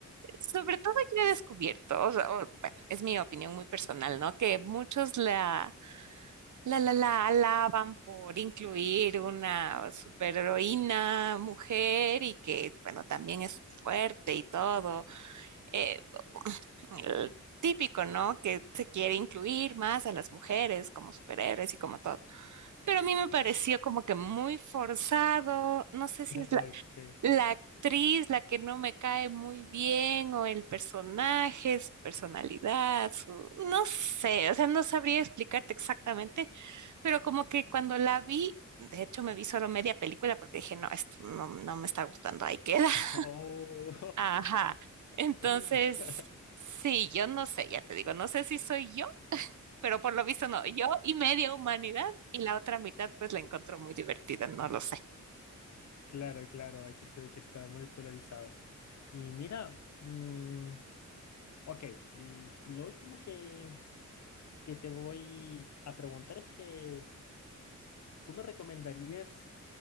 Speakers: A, on the right (about 70°); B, on the left (about 60°).
A: sobre todo yo he descubierto, o sea, o- bueno, es mi opinión muy personal, ¿no? Que muchos la La la la alaban por incluir una superheroína mujer y que, bueno, también es fuerte y todo. Eh, el típico, ¿no? Que se quiere incluir más a las mujeres como superhéroes y como todo. Pero a mí me pareció como que muy forzado. No sé si es
B: Ok.
A: la actriz, la que no me cae muy bien, o el personaje, su personalidad, su... no sé, o sea, no sabría explicarte exactamente, pero como que cuando la vi, de hecho me vi solo media película porque dije, no, esto no, no me está gustando, ahí queda. <laughs>
B: Oh.
A: Ajá. Entonces,
B: <laughs>
A: sí, yo no sé, ya te digo, no sé si soy yo pero por lo visto no. Yo y media humanidad y la otra mitad pues la encontró muy divertida, no lo sé.
B: Claro, claro, aquí se ve que está muy polarizado. Y mira, mm, ok, l- lo último que, que te voy a preguntar es que tú me recomendarías